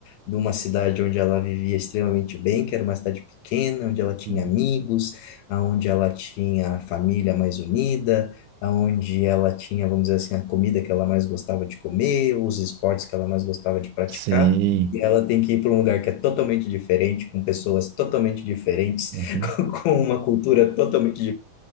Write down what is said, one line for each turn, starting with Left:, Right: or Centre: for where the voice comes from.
Left: de uma cidade onde ela vivia extremamente bem, que era uma cidade pequena, onde ela tinha
Right: uhum.
Left: amigos, aonde ela tinha a família mais unida, aonde ela tinha, vamos dizer assim, a comida que ela mais gostava de comer, os esportes que ela mais gostava de praticar.
Right: Sim.
Left: E ela tem que ir para um lugar que é totalmente diferente, com pessoas totalmente diferentes,
Right: Uhum,
Left: <laughs> com uma cultura totalmente